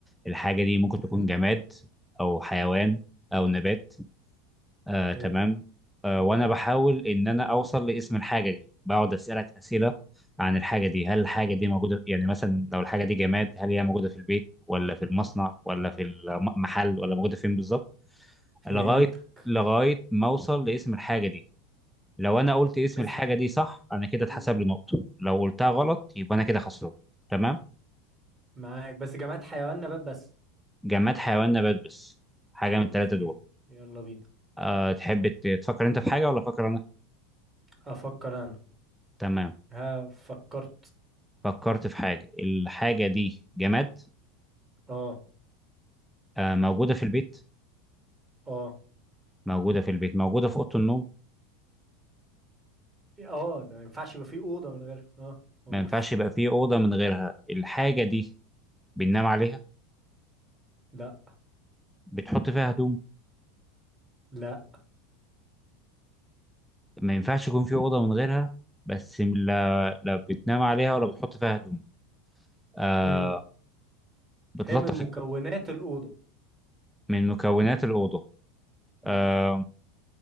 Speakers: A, in the centre; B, on the right.
A: الحاجة دي ممكن تكون
B: حلو
A: جماد أو حيوان أو نبات آه
B: حلو
A: تمام آه وانا بحاول ان انا اوصل لاسم الحاجه دي بقعد اسالك اسئله عن الحاجه دي هل الحاجه دي موجوده يعني مثلا لو الحاجه دي جماد هل هي موجوده في البيت ولا في المصنع ولا في المحل ولا موجوده فين بالظبط
B: فهمتك
A: لغايه لغايه ما اوصل لاسم الحاجه دي لو انا قلت اسم
B: بس
A: الحاجه دي صح انا كده
B: مم.
A: اتحسب لي نقطه لو قلتها غلط يبقى انا كده خسران تمام
B: معاك بس جماعة حيوان نبات بس
A: جماد حيوان نبات بس حاجه
B: خلاص
A: من الثلاثه
B: مين
A: دول
B: يلا بينا
A: أه تحب ت- تفكر انت في حاجه ولا افكر انا
B: افكر انا
A: تمام
B: ها فكرت
A: فكرت في حاجة الحاجة دي جماد
B: اه
A: آه موجودة في البيت
B: اه
A: موجودة في البيت موجودة في أوضة النوم
B: اه ده ما ينفعش يبقى فيه اوضة من غير اه موجود
A: ما ينفعش
B: <laughs>
A: يبقى في أوضة من غيرها الحاجة دي بننام عليها
B: لا
A: بتحط فيها هدوم
B: لا
A: ما ينفعش يكون في أوضة من غيرها بس لا لا بتنام عليها ولا بتحط فيها هدوم آه
B: مم.
A: بتلطف
B: هي من مكونات الأوضة
A: من مكونات الأوضة
B: مم.
A: آه